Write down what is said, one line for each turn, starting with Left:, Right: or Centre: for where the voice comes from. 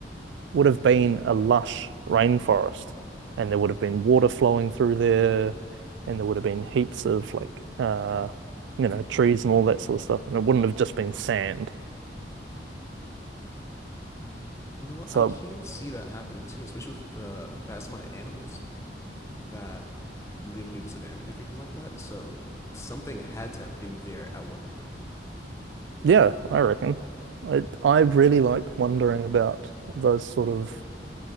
Right: would have been a lush rainforest, and there would have been water flowing through there, and there would have been heaps of like uh, you know, trees and all that sort of stuff, and it wouldn't have just been sand.
Left: You know what?
Right: So
Left: I can see that happening too, especially with the vast amount of animals. that live near the savannah and everything like that. So something had to have been there at one point.
Right: yeah, I reckon. I I really like wondering about those sort of